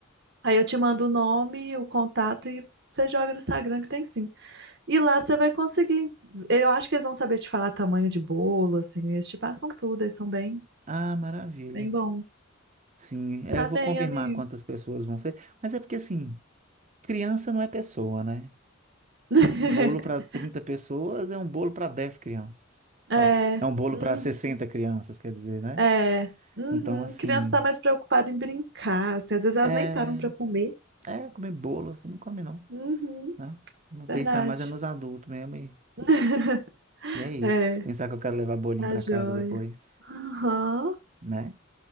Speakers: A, on the right (about 60°); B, on the right (about 35°).
A: Aí eu te mando o nome, o contato e você joga no Instagram que tem sim. E lá você vai conseguir. Eu acho que eles vão saber te falar tamanho de bolo, assim. Eles te passam tudo, eles são bem,
B: Ah, maravilha.
A: bem bons.
B: Sim, é,
A: Tá
B: eu vou
A: bem,
B: confirmar
A: amigo.
B: quantas pessoas vão ser, mas é porque, assim, criança não é pessoa, né?
A: <laughs>
B: Um bolo para 30 pessoas é um bolo para 10 crianças.
A: É,
B: Ó, É um bolo
A: uhum,
B: para 60 crianças, quer dizer, né?
A: é, uhum.
B: Então, assim,
A: Criança tá mais preocupada em brincar, assim. Às vezes elas
B: é,
A: nem param pra comer.
B: é comer bolo, assim, não come não,
A: Uhum,
B: né? Não
A: verdade.
B: Pensar mais é nos adultos mesmo e,
A: <laughs>
B: e é isso.
A: É,
B: Pensar que eu quero levar bolinho
A: tá
B: para
A: joia.
B: casa depois,
A: Aham,
B: né?